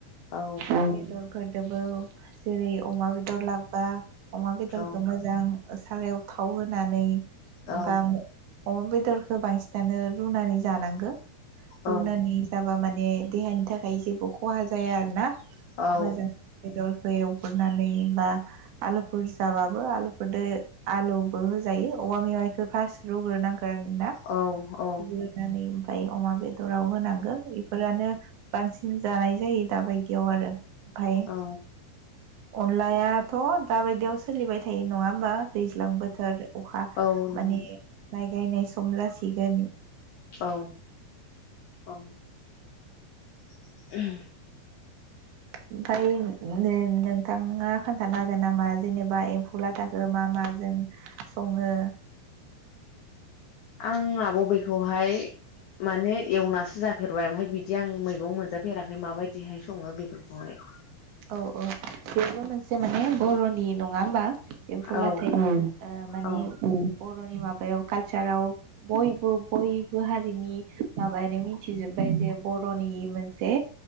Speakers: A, on the left (about 65°); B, on the right (about 70°).
A: औ
B: ओम फोरदोबो जेरै अमा बेदर लाबबा अमा बेदरखौ
A: औ
B: मोजां सारायाव थाव होनानै
A: औ
B: ब अमा बेदर गो बांसिनानो रुनानै जानांगौ रुनानै
A: औ
B: जाबा माने बै देहानि थाखाय जेबो खहा जा जाया आरोना
A: औ
B: मोजां बेदर हो एवग नानै बा आलुफोर जाबाबो आलुफोर आलुबो होजायो औवा मेवाय फास्ट रुग्रोनांगो नागोनना
A: औ औ
B: रुग्रोनानै ओमफ्राय अमा बेदराव होनांगौ बेफोरानो बांसिन जानाय जायो दाबायदियाव आरो ओमफाय
A: औ
B: अनलायाथ' दाबायदियाव सोलिबाय थायो नङा होमबा दैज्लां बोथोर अखा
A: औ नंगौ
B: माने माय गायनाय सम खम लाजिगोन
A: औ औ <unintelligible>
B: ओमफफ्राय नों नोंथाङा खोन्थाना हागोन नामा जेनेबा एम्फुलाथाखौ ओ मा माजों सङो
A: आं आब' बेखौहाय माने एवनासो जाफेरबाय ओमफ्राय बिदि आं मैगं मोनजाफेराखै माबायदिहाय सङो बेफोरखौहाय।
B: औ औ बेबो मोनसे माने बर'नि नङा होमबा? एम्फौलाथाय
A: औ
B: माने
A: औ
B: बर'नि माबायाव कालचाराव। बयबो बय बो हारिनि माबानो मिथिजोबबाय जे बर' बर'नि मोनसे